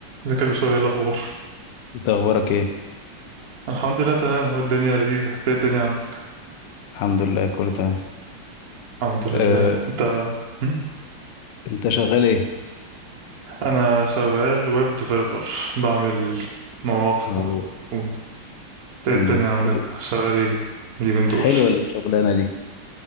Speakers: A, on the right; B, on the left.
A: ازيك يا بشوي ايه الاخبار
B: انت اخبارك ايه
A: الحمد لله تمام اهو الدنيا لذيذه إنت ايه الدنيا عندك
B: الحمد لله كله تمام
A: الحمد لله
B: أه،
A: انت م?
B: انت شغال ايه
A: انا شغال ويب ديفلوبر بعمل مواقع
B: هو-
A: و- ايه
B: مم،
A: الدنيا عندك
B: حلو
A: شغال ايه اليومين دول
B: حلوه الشغلانه دي